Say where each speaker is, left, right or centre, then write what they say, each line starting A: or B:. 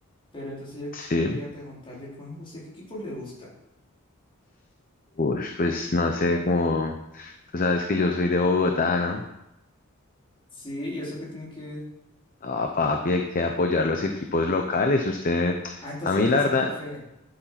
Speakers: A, on the left; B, on the left.
A: pero entonces
B: Sí.
A: yo, yo quería preguntarle, Juanjo, ¿usted qué equipos le gustan?
B: Uy, pues no sé, como tú sabes que yo soy de Bogotá, ¿no?
A: Sí, ¿y eso qué tiene que ver?
B: Ah, papi, hay que apoyar los equipos locales. Usted,
A: Ah, entonces
B: a mí
A: es de
B: la
A: Santa
B: verdad,
A: Fe,